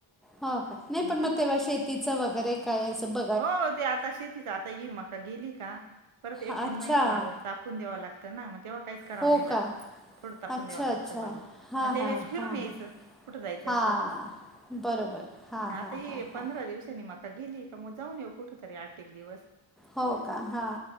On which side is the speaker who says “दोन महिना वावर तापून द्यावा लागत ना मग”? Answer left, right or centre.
Right